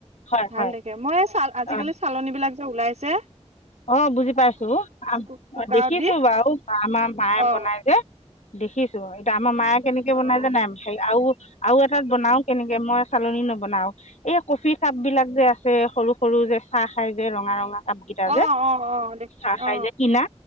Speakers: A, on the left; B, on the right.
A: হয়
B: ভাল
A: হয়
B: দেখে মই এই চাল আজিকালি
A: অ
B: চালনী বিলাক যে ওলাই যে
A: অ বুজি পাইছো
B: কুকাৰত
A: দেখিছো
B: দি
A: বাৰু আমাৰ মায়ে
B: অ
A: বনাই যে। দেখিছো এতিয়া আমাৰ মায়ে কেনেকে
B: অ
A: বনাই জানা হে আৰু আৰু এটাত বনাও কেনেকে মই চালনী নবনাও এই কফি কাপ বিলাক যে আছে। সৰু সৰু যে চাহ খাই যে ৰঙা ৰঙা কাপগেইটা
B: অ
A: যে
B: অ অ দেখ
A: চাহ
B: অ
A: খাই যে কিনা